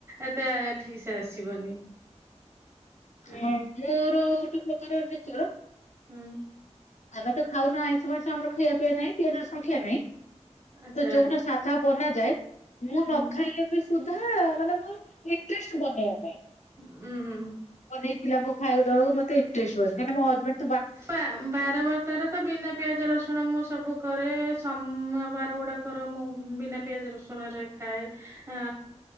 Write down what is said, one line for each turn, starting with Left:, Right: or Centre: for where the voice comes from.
Right: ଏତେ ଠିସ୍। ସିଏ ଆସିବନି। ଆ
Left: ହୁଁ ମୋର ଗୋଟେ ପ୍ରକାର ନେଚର
Right: ହୁଁ।
Left: ଆମେ ତ ଖାଉନା ଆଇଁଷ ଫାଇଁଷ ଆମର ଖାଇବା ପିଇବା ନାହିଁ ପିଆଜ ରଶୁନ ସଂଖ୍ୟା ନାହିଁ
Right: ଆଚ୍ଛା
Left: ତ ଯୋଉଟା ସା ତାହା ବନାଯାଏ ମୁଁ
Right: ହୁଁ
Left: ନ ଖାଇଲେ ବି ସୁଧା ମାନେ ମୋର ଇଣ୍ଟରେଷ୍ଟ୍ ବନେଇବା ପାଇଁ।
Right: ଉୁଁ ହୁଁ।
Left: ବନେଇ ପିଲାକୁ ଖାଇଵାଦେବାକୁ ମତେ ଇନ୍ଟେଷ୍ଟ୍ ରହେ କାହିଁକି ନା ମୋ ହଜବେଣ୍ଟ୍
Right: ପା ବାରବ ତାର ତ ବିନା ପିଆଜ ରସୁଣ ମୁଁ ସବୁ କରେ ସମବାର ଗୁଡାକର ମୁଁ ବିନା ବିନା ପିଆଜ ରସୁଣ ରେ ଖାଏ ଆ